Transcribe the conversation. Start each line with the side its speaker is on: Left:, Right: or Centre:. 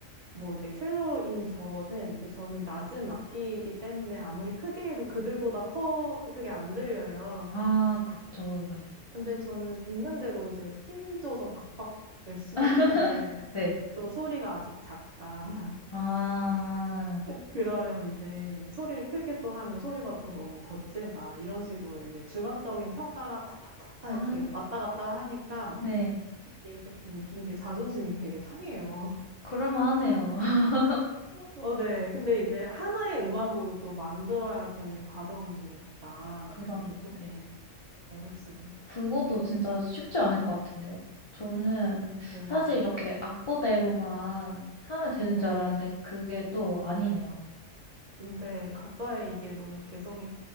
Right: 뭐 이제 첼로인 저는 이제 저는 낮은 악기이기 때문에 아무리 크게 해도 그들보다 커 그게 안 들려요.
Left: 아, 그쵸. 네.
Right: 근데 저는 있는 대로 이제 힘줘서 박박 열심히
Left: <laughs>
Right: 했는데
Left: 네.
Right: 너 소리가 아직 작다. <laughs>
Left: 아,
Right: 그러면 이제 소리를 크게 또 하면 소리가 또 너무 거칠다. 이런 식으로 이제 주관적인 평가가 타타타타
Left: 아,
Right: 이렇게 왔다 갔다 하니까
Left: 네.
Right: 이게 조금 웃긴 게 자존심이 되게 상해요.
Left: 그럴만하네요. <laughs>
Right: <laughs> 어, 네. 근데 이제 하나의 음악으로 또 만들어야 되는 과정이니까
Left: 그러네요.
Right: 이게 조금
Left: 네.
Right: 어렵습니다.
Left: 그것도 진짜 쉽지 않을 것 같은데요. 저는
Right: 음, 네.
Left: 사실 이렇게 악보대로만 하면 되는
Right: 네.
Left: 줄 알았는데 그게 또 아니네요.
Right: 근데 각자의 이게 너무 개성이